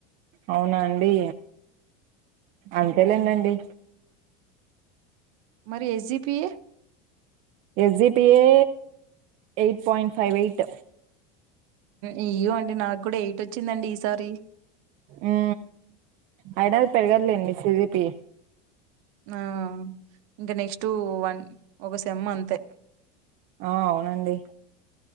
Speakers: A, on the right; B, on the right.
A: అవునా అండి అంతేలేండండి
B: మరి SGPA
A: SGPA eight point five eight
B: ఇయ్యో అండి నాకు కూడా ఎయిట్ వచ్చిందండి ఈసారి
A: ఊ అయినది పెరగదులేండి సిజిపి
B: ఆ ఇంకా నెక్స్ట్ వన్ ఒక సెమ్ అంతే
A: ఆ అవునండి